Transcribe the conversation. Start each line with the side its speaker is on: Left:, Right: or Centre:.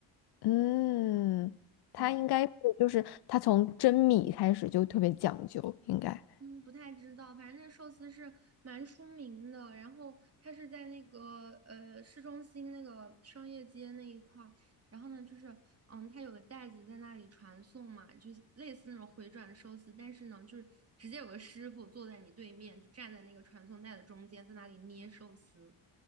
Left: 嗯，它应该是就是它从蒸米开始就特别讲究，
Right: 对，
Left: 应该。
Right: 嗯，不太知道，反正那寿司是蛮出名的。然后它是在那个呃市中心那个商业街那一块儿。然后呢，就是嗯，它有个袋子在那里传送嘛，就是类似那种回转寿司，但是呢，就是直接有个师傅坐在你对面，就站在那个传送带的中间，在那里捏寿司。